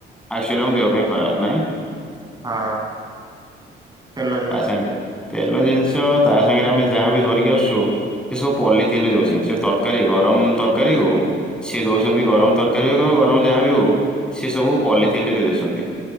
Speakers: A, in the centre; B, on the right (about 20°).
A: ଆକଚୁଲି ଆମ ଦେହ ପାଇଁ ଖରାପ ନାହିଁ।
B: ହଁ। ତେଲ
A: ତା
B: ଜିନଷ।
A: ସାଙ୍ଗେ ତେଲ ଜିନିଷ ତା ସାଙ୍ଗରେ ଆମେ ଯାହା ବିି ଧରିକି ଆସୁଛୁ ସେ ସବୁ ପଲିଥିନରେ ଦେଉଛନ୍ତି ସେ ତରକାରୀ ଗରମ ତରକାରୀକୁ ସିଏ ଦଉ ଛନ୍ତି ଗରମ
B: ହଁ
A: ତରକାରୀ କୁ ଗ ଗରମ ଯାହା ବି ହଉ। ସେ ସବୁ ପଲିଥିନରେ
B: ହଁ
A: ଦେଇଦଉଛନ୍ତି